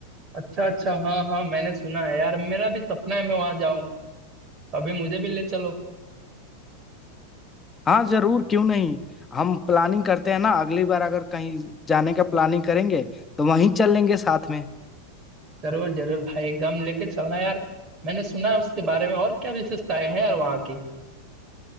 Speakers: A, on the right; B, on the left.
A: अच्छा अच्छा हाँ हाँ मैंने सुना है यार मेरा भी सपना है मैं वहाँ जाऊँ अभी मुझे भी ले चलो
B: हाँ जरूर क्यों नहीं हम प्लानिंग करते हैं ना अगली बार अगर कहीं जाने का प्लानिंग करेंगे तो वहीं चल लेंगे साथ में
A: जरूर जरूर भाई एकदम लेके चलना यार मैंने सुना है उसके बारे में और क्या विशेषताएं हैं यार वहाँ की